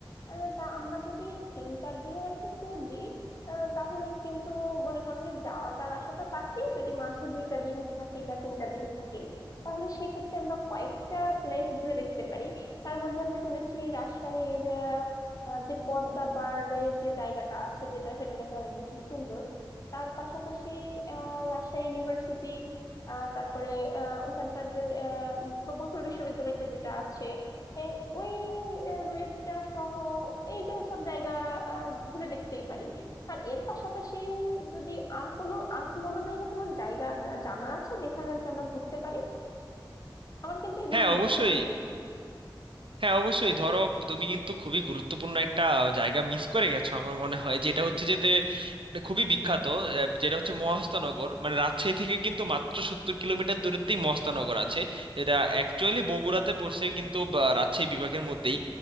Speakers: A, on the left (about 45°); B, on the right (about 80°).
A: আহ, তা আমরা যদি তিন চার দিনের একটা ট্যুর দিই আহ, তাহলে কিন্তু মনে করো যে যাওয়াটার আশাটা বাদ দিয়ে যদি মাঝে দুইটা দিন থাকি বা তিনটা দিন থাকি তাহলে সেক্ষেত্রে আমরা কয়েকটা প্লেস ঘুরে দেখতে পারি তার মধ্যে আমি শুনেছি রাজশাহীর আহ, আহ, যে পদ্মা পাড়ের যে জায়গাটা আছে যেটা সেটা নাকি অনেক বেশি সুন্দর তার পাশাপাশি আহ রাজশাহী ইউনিভার্সিটি আহ তারপরে আহ, ওইখানকার যে আহ, উম, প্রকৌশল বিশ্ববিদ্যালয়টা যেটা আছে এ, ওই আহ, রুয়েটটা সহ এই যে সব জায়গা আহ, ঘুরে দেখতেই পারি আর এর পাশাপাশি যদি আর কোনো আর কি কোনো জায়গা তোমার জায়গা জানা আছে যেখানে আর কি আমরা ঘুরতে পারি আমার কিন্তু এগুলোই
B: হ্যাঁ অবশ্যই
A: মনে পড়ছে
B: হ্যাঁ অবশ্যই ধরো তুমি কিন্তু খুবই গুরুত্বপূর্ণ একটা জায়গা মিস করে গেছো আমার মনে হয় যেটা হচ্ছে যে যে মানে খুবই বিখ্যাত আহ, যেটা হচ্ছে মহাস্থানগর মানে রাজশাহী থেকে কিন্তু মাত্র সত্তর কিলোমিটার দূরত্বেই মহাস্থানগর আছে এটা অ্যাকচুয়ালি বগুড়াতে পড়ছে কিন্তু বা, রাজশাহী বিভাগের মধ্যেই